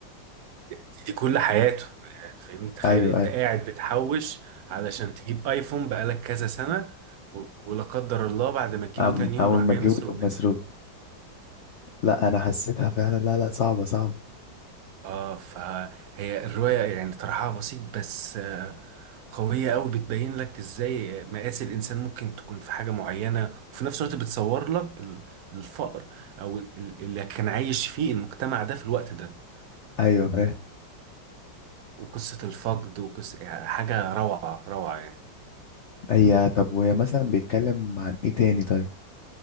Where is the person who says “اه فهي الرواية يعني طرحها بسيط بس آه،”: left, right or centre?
Right